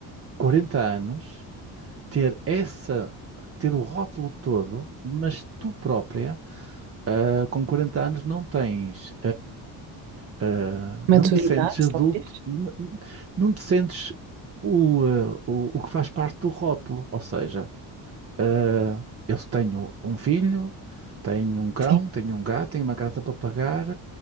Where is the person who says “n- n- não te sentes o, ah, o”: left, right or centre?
Right